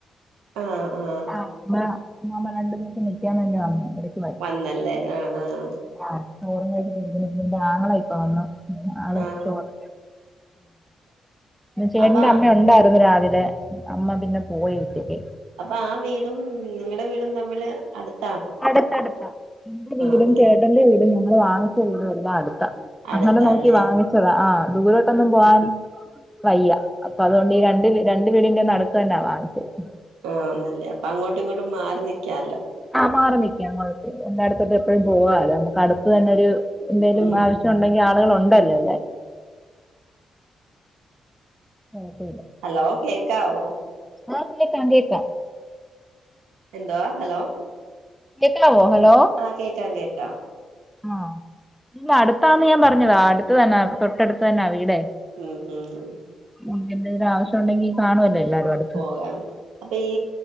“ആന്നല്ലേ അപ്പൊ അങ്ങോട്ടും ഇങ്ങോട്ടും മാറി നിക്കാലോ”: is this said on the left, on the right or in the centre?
Right